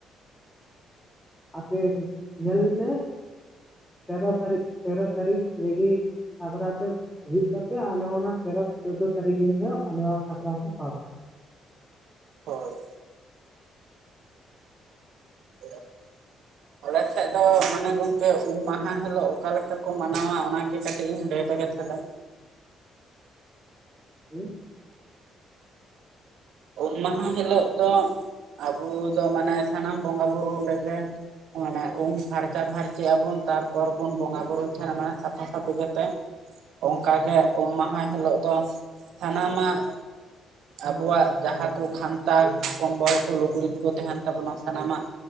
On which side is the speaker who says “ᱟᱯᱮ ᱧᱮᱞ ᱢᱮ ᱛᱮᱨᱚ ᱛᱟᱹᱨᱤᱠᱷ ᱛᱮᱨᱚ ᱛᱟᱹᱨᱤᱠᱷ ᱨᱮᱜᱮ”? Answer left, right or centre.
Left